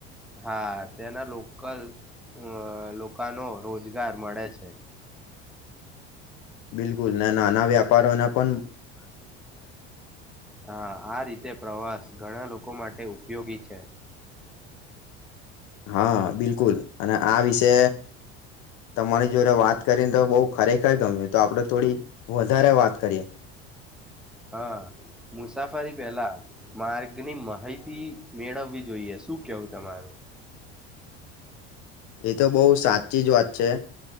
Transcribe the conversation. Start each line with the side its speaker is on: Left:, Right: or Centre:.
Centre: હા તેના લોકલ અ લો લોકાનો રોજગાર મળે છે.
Left: બિલકુલ ને નાના વ્યાપારોને પન
Centre: હા આ રીતે પ્રવાસ ઘણા લોકો મા તે ઉપયોગી છે.
Left: હા બિલકુલ, અને આ વિશે તમારી જોડે વાત કરીને તો બઉ ખરેખર ગમ્યું તો આપડે થોડી, વધારે વાત કરીએ.
Centre: હા. મુસાફરી પેલા માર્ગની માહિતી મેળવવી જોઈએ શું કેવું તમારુ.
Left: એ તો બો સાચીજ વાત છે.